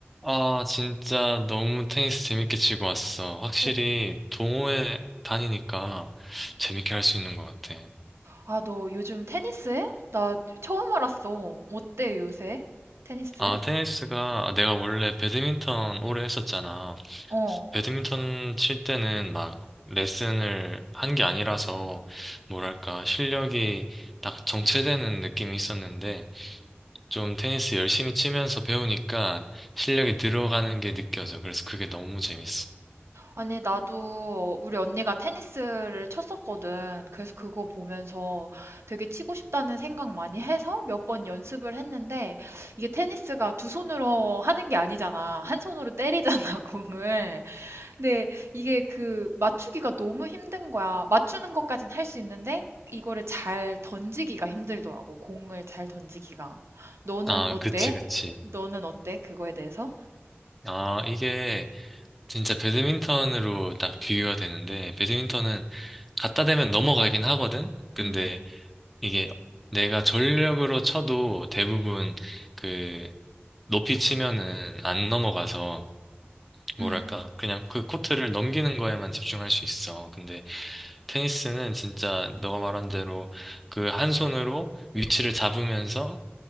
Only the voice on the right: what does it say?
어,
아, 너 요즘 테니스 해? 나 처음 알았어. 어때, 요새? 테니스?
어.
아니, 나도 우리 언니가 테니스를 쳤었거든. 그래서 그거 보면서 되게 치고 싶다는 생각 많이 해서 몇 번 연습을 했는데, 이게 테니스가 두 손으로 하는 게 아니잖아. 한 손으로 때리잖아, <laughs> 공을. 근데 이게 그 맞추기가 너무 힘든 거야. 맞추는 것까진 할 수 있는데 이거를 잘 던지기가 힘들더라고. 공을 잘 던지기가. 너는
어때?
너는 어때? 그거에 대해서?
음,
음,